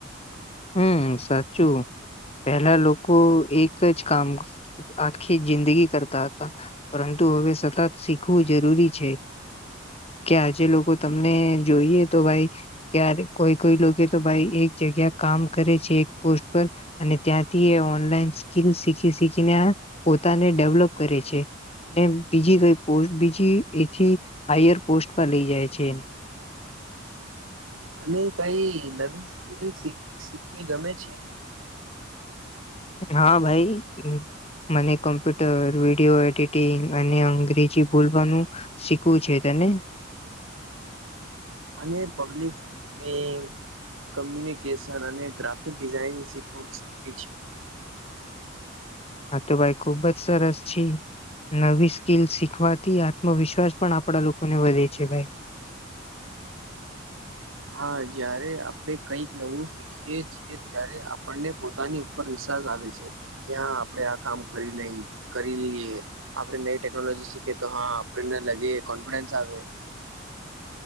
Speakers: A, on the left (about 30°); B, on the right (about 80°).
A: હમ સાચું પહેલા લોકો એક જ કામ, આખી જિંદગી કરતા હતા. પરંતુ હવે સતત શીખવું જરૂરી છે. કે આજે લોકો તમને જોઈએ તો ભાઈ. ક્યારે કોઈ કોઈ લોકો તો ભાઈ એક જગ્યા કામ કરે છે એક પોસ્ટ પર, અને ત્યાંથી એ ઓનલાઈન સ્કીલ શીખી શીખીને પોતાને ડેવલપ કરે છે. અને બીજી કઈ પો બીજી એથી હાયર પોસ્ટ પર લઈ જાય છે એને,
B: તને કઈ નવી સ્કીલ શીખ શીખવી ગમે છે.
A: હા ભાઈ હ, મને કોમ્પ્યુટર, વિડીયો એડિટિંગ અને અંગ્રેજી બોલવાનું, શીખવું છે તેને,
B: અને પબ્લિક સ્કીપિંગ, કમ્યુનિકેશન અને ગ્રાફિક ડિઝાઇનીખ શીખવુ શીખવી છે.
A: હા તો ભાઈ ખુબ જ સરસ છે. નવી સ્કીલ શીખવાથી આત્મવિશ્વાસ પણ આપડા લોકોને વધે છે ભાઈ.
B: હા જયારે આપડે કઈક નવું, શિખ ખીએ છિએ ત્યારે આપણને પોતાની ઉપર વિશ્વાસ આવે છે. ક્યાં આપડે આ કામ કરી લઈ, કરી લઈએ. આપણે નવી ટેકનોલોજી શીખે તો હા આપને લગે કોન્ફિડન્સ આવે.